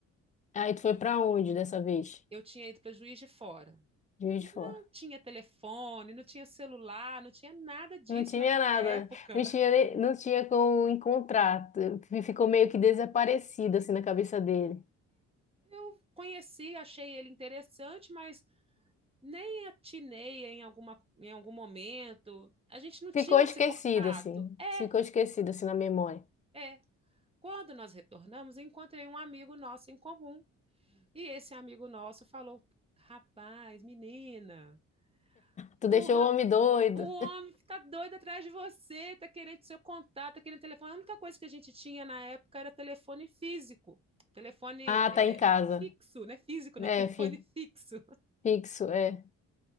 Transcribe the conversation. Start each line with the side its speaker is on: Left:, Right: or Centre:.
Left: Aí tu foi pra onde dessa vez?
Right: Eu tinha ido para Juiz de Fora.
Left: Juiz
Right: Não
Left: de fora.
Right: tinha telefone, não tinha celular, não tinha nada disso
Left: Não tinha
Right: naquela
Left: nada,
Right: época.
Left: não tinha, nem- não tinha como encontrar, F- ficou meio que desaparecido assim na cabeça dele.
Right: Eu conheci, achei ele interessante, mas nem atinei em alguma, em algum momento. A gente não tinha
Left: Ficou esquecido
Right: esse contato.
Left: assim,
Right: É,
Left: ficou esquecido assim na memória.
Right: é. Quando nós retornamos, encontrei um amigo nosso em comum. E esse amigo nosso falou: Rapaz, menina,
Left: Tu
Right: O,
Left: deixou
Right: rap...
Left: o homem doido.
Right: o homem tá doido atrás de você, tá querendo seu contato, tá querendo telefone. A única coisa que a gente tinha na época era telefone físico. Telefone
Left: Ah,
Right: é,
Left: tá em casa.
Right: fixo, né? Físico, não,
Left: É,
Right: <laughs> telefone
Left: fi,
Right: fixo.
Left: fixo, é.